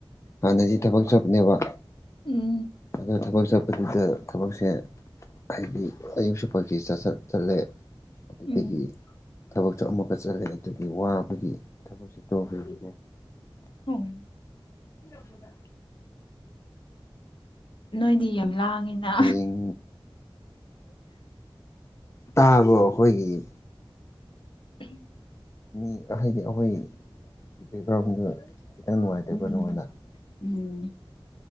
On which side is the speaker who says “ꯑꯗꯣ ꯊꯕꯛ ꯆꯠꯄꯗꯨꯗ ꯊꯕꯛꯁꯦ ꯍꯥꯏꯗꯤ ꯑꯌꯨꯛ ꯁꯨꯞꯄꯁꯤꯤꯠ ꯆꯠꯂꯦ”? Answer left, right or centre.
Left